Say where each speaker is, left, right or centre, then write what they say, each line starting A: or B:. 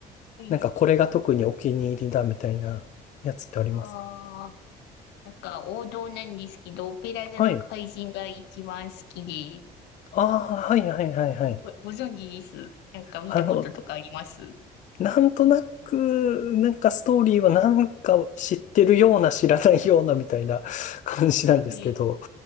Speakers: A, on the left; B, on the left.
A: はい。
B: なんかこれが特にお気に入りだみたいなやつってあります。
A: ああ、なんか王道なんですけど、オペラ座の怪人が一番好きで、
B: はい。ああ、はいはいはいはい。
A: ご、ご存知です。なんか見たこととかあります。
B: あの、なんとなく、なんかストーリーはなんか知ってるような知らないようなみたいな <laughs> 感じなんですけど、
A: ええ